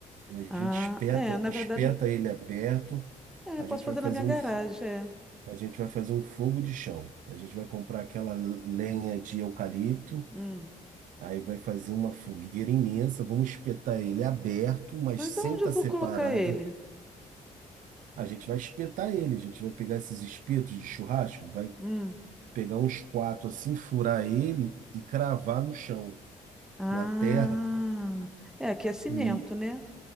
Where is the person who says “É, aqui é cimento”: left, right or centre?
Centre